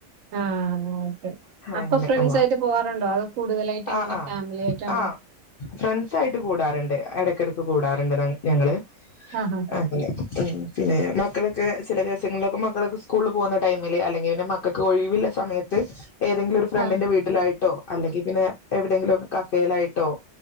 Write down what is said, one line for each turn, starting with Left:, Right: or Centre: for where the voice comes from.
Right: ആഹ ഓക്കെ അപ്പൊ
Left: അങ്ങനെ
Right: ഫ്രണ്ട്സ്
Left: ആഹ്
Right: ആായിട്ട് പോവാറുണ്ടോ അത് കൂടുതലായിട്ട് എങ്ങനെ
Left: ആഹ് ആഹ്
Right: ഫാമിലി ആയിട്ടാണോ
Left: ആഹ് ഫ്രണ്ട്സായിട്ട് കൂടാറുണ്ട് ഇടയ്ക്കിടക്ക് കൂടാറുണ്ട് ഞങ്ങള്
Right: ആഹ് ആഹ്
Left: അങ്ങനെ പിന്നെ മക്കളൊക്കെ ചില ദിവസം മക്കളൊക്കെ സ്കൂള പോകുന്ന ടമില് അല്ലെങ്ക ഒഴിവ് ക്കെ ഒഴിവില്ല സമയത്ത് തീസ് ഏതെങ്കിലും ഒരു ഫ്രണ്ടിന്റെ
Right: ആഹ്
Left: വീട്ടിലായിട്ടോ അല്ലെങ്കിൽ പിന്നെ എവിടെയെങ്കിലുംക്കെ കരൻ - ഫെൽ ആയിട്ടോ